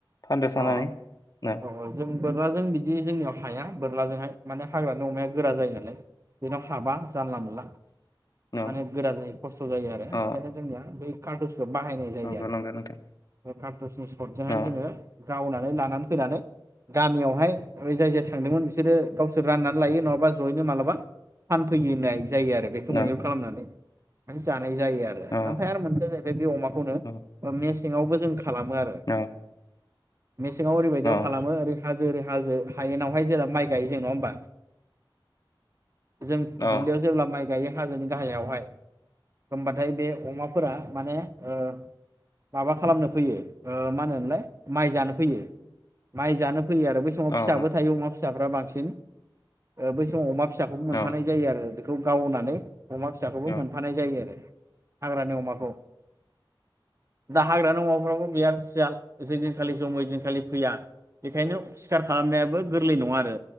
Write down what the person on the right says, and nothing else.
अ
औ जों बोरलाजों बिदि जोंनियाव हाया बोरलाजोंहाय माने हाग्रानि अमाया गोरा जायो नालाय बेनाव हाबा जानला मोनला माने
गोरा जायो खस्थ' जायो आरो
बेखायनो जोंनिया बै कार्टुसखौ बाहायनाय जायो
आरो
बे कार्टुसनि सर्टजोंहाय
जोङो गावनानै लानानै फैनानै गामियावहाय जाय जाय थांदोंमोन बिसोरो गावसोर राननानै लायो नङाबा जयैनो मालाबा फानफैयो होननाय जायो आरो बेखौ
मैहुर खालामनानै जा नाय जायो आरो
ओमफाय आरो मोनसेया जाहैबाय बे अमाखौनो
मे सिङावबो जों खालामो आरो
मेसेङाव ओरैबायदियाव
खालामो ओरै हा जो हाजो हायेनावहाय जेला माइ गायो जों नङा होमबा जों
दुब्लियाव जेब्ला माइ गायो हाजोनि गाहायावहाय होमबाथाय बे अमा फोरा माने ओ माबा खालामनो फैयो ओ मा होनोमोनलाय माइ जानो फैयो माइ जानो फैयो आरो बै समाव
फिसाबो थायो अमा फिसाफ्रा बां सिन ओ बै समाव अमा फिसाखौबो मोनफानाय
जायो आरो बेखौ गावनानै अमा फिसाखौबो
मोनफानाय जायो आरो हाग्रानि अमाखौ दा हाग्रानि अमाफ्राबो बिराद सियान <unintelligible> जेखालि जमो एदिनखालि फैया बेखायनो सिखार खालामनायाबो गोरलै नङा आरो।